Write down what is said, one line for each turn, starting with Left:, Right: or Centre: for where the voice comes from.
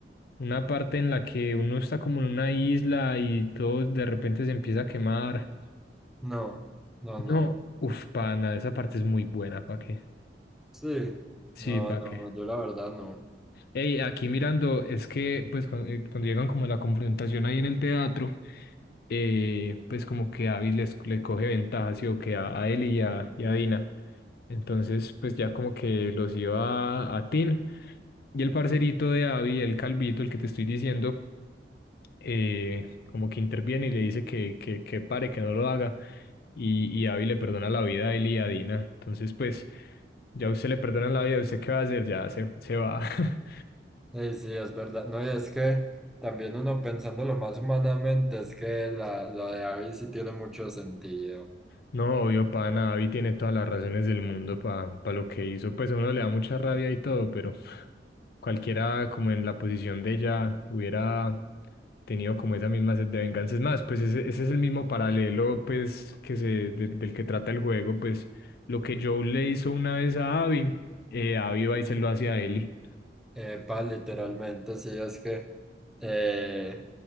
Left: una parte en la que uno está como en una isla y todo de repente se empieza a quemar.
Centre: No, no,
Left: No,
Centre: no.
Left: uff, pana, esa parte es muy buena, ¿para qué?
Centre: Sí,
Left: Sí,
Centre: no,
Left: ¿para
Centre: no,
Left: qué?
Centre: yo la verdad no.
Left: Ey, aquí mirando, es que pues cu- eh, cuando, llegan como a la confrontación ahí en el teatro, eh, pues como que Abby les, le coge ventaja, sí, o que a, a él y a, y a Dina. Entonces, pues ya como que los iba a, a Tin. Y el parcerito de Abby, el calvito, el que te estoy diciendo, eh, como que interviene y le dice que, que, que pare, que no lo haga. Y, y Abby le perdona la vida a él y a Dina. Entonces, pues, ya usted le perdona la vida, ¿usted qué va a hacer? Ya se, se va. <laughs>
Centre: sí sí, es verdad. No, y es que también uno pensándolo más humanamente, es que la, lo de Abby sí tiene mucho sentido.
Left: No, obvio, pa, nada, Avi tiene todas las razones del mundo pa pa lo que hizo. Pues a uno le da mucha rabia y todo, pero cualquiera como en la posición de ella hubiera tenido como esa misma sed de venganza. Es más, pues ese, ese es el mismo paralelo pues que se, de- del que trata el juego, pues lo que Joe le hizo una vez a Abby, eh, Abby va y se lo hace a Ellie.
Centre: Epa, literalmente, sí, es que eh,